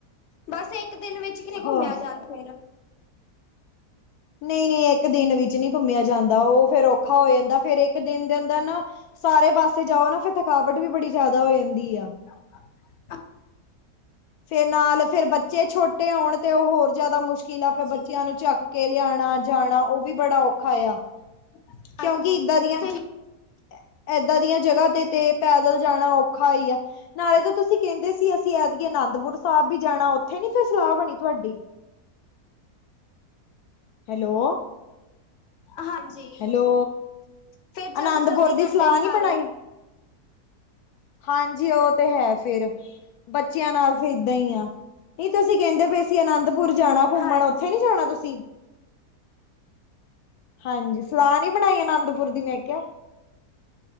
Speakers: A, on the left; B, on the left.
A: ਬਸ ਇੱਕ ਦਿਨ ਵਿੱ ਚ ਕਿਤੇ ਘੁੰਮਿਆ
B: ਹੋਰ
A: ਜਾਨ ਫੇਰ।
B: ਨਈ-ਨਈ ਏੱਕ ਦਿਨ ਵਿੱਚ ਨੀ ਘੁੰਮਿਆ ਜਾਂਦਾ ਓ ਫੇਰ ਔਖਾ ਹੋ ਜਾਂਦੈ। ਫੇਰ ਇੱਕ ਦਿਨ ਦੇਨੰ ਦਾ ਨਾ ਸਾਰੇ ਪਾਸੇ ਜਾਓ ਨਾ ਫੇਰ ਥਕਾਵਟ ਵੀ ਬੜੀ ਜਾਦਾ ਹੋ ਜਾਂਦੀ ਆ।
A: <unintelligible>
B: ਫੇਰ ਨਾਲ ਫੇਰ ਬੱਚੇ ਛੋ ਟੇ ਹੋਣ ਤੇ ਓ ਹੋਰ ਜਾਦਾ ਮੁਸ਼ਕਿਲ
A: ਹਾਂਜੀ
B: ਐ ਫੇਰ ਬੱਚਿਆਂ ਨੂੰ ਚੱਕ ਕੇ ਲਿਔਣਾ ਜਾਣਾ ਓ ਵੀ ਬੜਾ ਔਖਾ ਏਆ।
A: <unintelligible>
B: ਕਿਓਂਕਿ
A: ਹਾਂਜੀ
B: ਇੱਦਾਂ ਦੀਆਂ,
A: ਤੇ
B: ਐ ਐਦਾਂ ਦੀਆਂ ਜਗ੍ਹਾ ਤੇ, ਤੇ ਪੈਦਲ ਜਾਣਾ ਔ ਖਾ ਈ ਐ। ਨਾਲੇ ਤਾਂ ਤੁਸੀ ਕੇਂਦੇ ਸੀ ਅਸੀ ਐਦ ਅਨੰਦਪੁਰ ਸਾਬ ਬੀ ਜਾਣਾ ਓਥੇ ਨੀ ਫੇਰ ਸਲਾ ਬਣੀ ਤੁਆਡੀ। ਹੈਲੋ।
A: ਹਾਂਜੀ,
B: ਹੈਲੋ
A: ਫੇਰ ਜਲਦੀ-ਜਲਦੀ
B: ਅਨੰਦਪੁਰ ਦੀ
A: ਕਰਦੇ
B: ਸਲਾਹ
A: ਨੇ
B: ਨੀ
A: ਸਾਰੇ।
B: ਬਣਾਈ ਹਾਂਜੀ ਓ ਤੇ ਹੈ ਫਿਰ, ਬੱਚਿਆਂ ਨਾਲ ਫਿ ਇਦਾਂ ਈ ਆ। ਨੀ ਤੁਸੀ ਕੇਂਦੇ ਪੇ ਸੀ ਅਨੰਦਪੁਰ ਜਾਣਾ ਘੁੰਮਣ,
A: ਹਾਂਜੀ
B: ਓਥੇ ਨੀ ਜਾਣਾ ਤੁਸੀ? ਹਾਂਜੀ, ਸਲਾ ਨੀ ਬਣਾਈ ਅਨੰਦਪੁਰ ਦੀ ਮੈਂ ਕਿਆ।